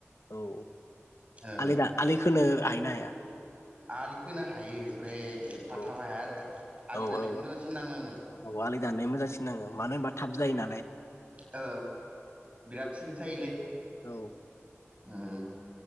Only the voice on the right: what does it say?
ओ
आलि होनो हायो ओमफ्राय ओमफ्राय एफा थाबा
हाया आरो आलि
दानायखौ
मोजांसिन नाङो आङो।
ओ बिराट सिं सायोलै उम